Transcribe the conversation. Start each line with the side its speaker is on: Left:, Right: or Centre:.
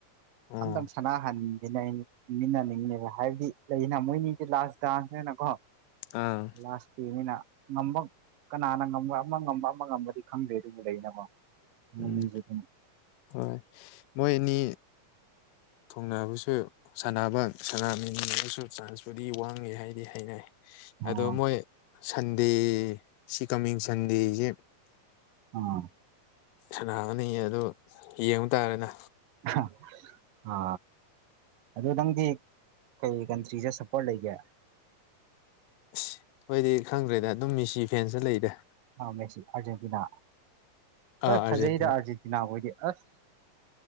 Left: ꯑꯣ
Right: ꯑꯝꯇꯪ ꯁꯥꯟꯅꯍꯟꯒꯦꯅ ꯃꯤꯟꯅꯅꯤꯡꯅꯦꯕ ꯍꯥꯏꯕꯗꯤ ꯂꯩꯅ ꯃꯣꯏꯅꯗꯤ ꯂꯥꯁ ꯗꯥꯟꯁꯅꯦꯅ ꯀꯣ
Left: ꯑꯥ
Right: ꯂꯥꯁ ꯄꯂꯦꯅꯤꯅ ꯉꯝꯕ ꯀꯅꯥꯅ ꯉꯝ ꯕ ꯑꯃ ꯉꯝꯕ ꯑꯃ ꯉꯝꯕꯗꯤ ꯈꯪꯗꯦ ꯑꯗꯨꯕꯨ ꯂꯩꯅꯀꯣ ꯃꯣꯏꯅꯤꯁꯨ
Left: ꯎꯝ
Right: ꯑꯗꯨꯝ
Left: ꯍꯣꯏ ꯃꯣꯏꯅꯤ ꯊꯨꯡꯅꯕꯁꯨ ꯁꯥꯟꯅꯕ ꯁꯥꯟꯅꯃꯤꯟꯅꯕꯁꯨ ꯆꯥꯟꯁꯄꯨꯗꯤ ꯋꯥꯡꯉꯦ ꯍꯥꯏꯗꯤ ꯍꯥꯏꯅꯩ
Right: ꯑꯥ
Left: ꯑꯗꯣ ꯃꯣꯏ ꯁꯟꯗꯦ ꯁꯤ ꯀꯃꯤꯡ ꯁꯟꯗꯦꯁꯤ
Right: ꯎꯝ
Left: ꯁꯅꯥꯒꯅꯤꯌꯦ ꯑꯗꯨ ꯌꯦꯡꯕ ꯇꯥꯔꯦꯅ
Right: ꯑꯍꯥ ꯑ ꯑꯗꯨ ꯅꯪꯗꯤ ꯀꯩ ꯀꯟꯇ꯭ꯔꯤꯁꯦ ꯁꯞꯄꯣꯔꯠ ꯂꯩꯒꯦ
Left: ꯑꯁ ꯍꯣꯏꯗꯤ ꯈꯪꯗ꯭ꯔꯦꯗ ꯑꯗꯨꯝ ꯃꯦꯁꯤ ꯐꯦꯟꯗ ꯂꯩꯗ
Right: ꯑ ꯃꯦꯁꯤ ꯑꯥꯔꯖꯦꯟꯇꯤꯅꯥ ꯍꯣꯏ
Left: ꯑꯥ ꯑꯥꯔꯖꯦꯟꯇꯤꯅꯥ
Right: ꯐꯖꯩꯗ ꯑꯥꯔꯖꯦꯟꯇꯤꯅꯥꯍꯣꯏꯗꯤ ꯑꯁ